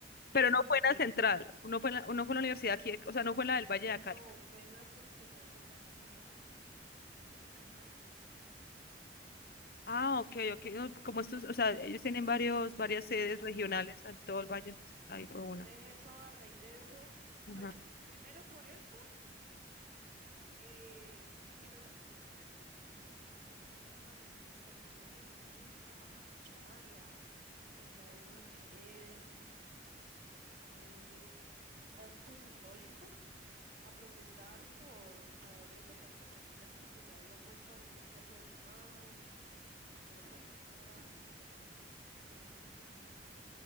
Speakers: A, on the left; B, on the right.
A: Pero
B: Y
A: no fue en la central, no fue en la, no fue en la universidad aquí, de- o sea, no fue en la del Valle de
B: no,
A: acá.
B: fue en la seccional de Palmira, cerca a Cali.
A: Ah, ok, ok. no, Como estos, o sea, ellos tienen varios, varias sedes regionales
B: Sí.
A: en todo el Valle, entonces ahí fue una.
B: Entonces eso, a raíz de eso,
A: Ajá.
B: pues primero por eso, eh, por eso en concreto, pues salieron las- los colectivos feministas a marchar y a pintar algunas paredes, a, a hacer actos simbólicos, a protestar por, por eso, porque pues ella como que ya había puesto denuncias sobre el man y, y pues nunca la justicia como que nunca truno, entonces